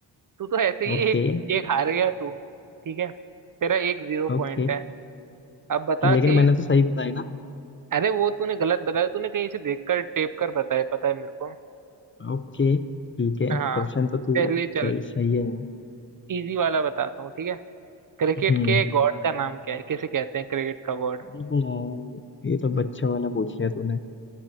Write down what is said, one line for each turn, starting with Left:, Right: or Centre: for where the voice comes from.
Right: तू तो ऐसे ही
Left: Okay
Right: एक एक हार गया तू ठीक है तेरा एक जीरो
Left: okay
Right: पॉइंट है अब बता
Left: कि लेकिन
Right: कि
Left: मैंने तो सही बताया ना
Right: अरे वो तूने गलत बताया तूने कहीं से देखकर टेप कर बताया पता है मेरे को
Left: ओके ठीक है
Right: हाँ
Left: क्वेश्चन तो तू
Right: चलिए चल
Left: चल सही है यार
Right: इजी वाला बताता हूँ ठीक है क्रिकेट
Left: हम्म
Right: के गॉड का नाम क्या है किसे कहते हैं क्रिकेट का गॉड
Left: अ, ये तो बच्चों वाला पूछ लिया तूने